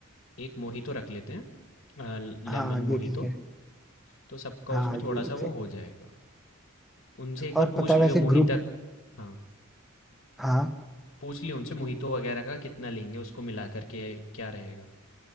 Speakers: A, on the left (about 55°); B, in the centre.
A: एक मोहितो रख लेते हैं अ,
B: हाँ
A: लेमन
B: ये
A: मोहितो,
B: ठीक है
A: तो सबका
B: हाँ
A: उसमें
B: ये
A: थोड़ा-सा
B: exactly।
A: वो हो जाएगा। उनसे एक बार
B: और
A: पूछ
B: पता है
A: लियो
B: वैसे
A: मोहिता
B: ग्रुप
A: हाँ,
B: हाँ
A: पूछ लियो उनसे मोहितो वगैरह का कितना लेंगे, उसको मिला कर के क्या रहेगा।